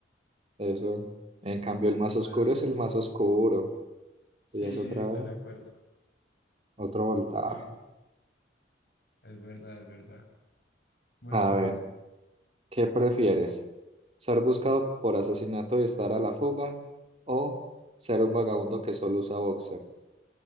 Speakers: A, on the right; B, on the left.
A: Eso. En cambio, el más oscuro
B: Bueno,
A: es
B: sí,
A: el más oscuro
B: <laughs> sí,
A: y es otra,
B: estoy de acuerdo.
A: otro voltaje.
B: Sí, es verdad, es verdad. Bueno,
A: A
B: pregunta.
A: ver. ¿Qué prefieres? ¿Ser buscado por asesinato y estar a la fuga? ¿O ser un vagabundo que solo usa boxer?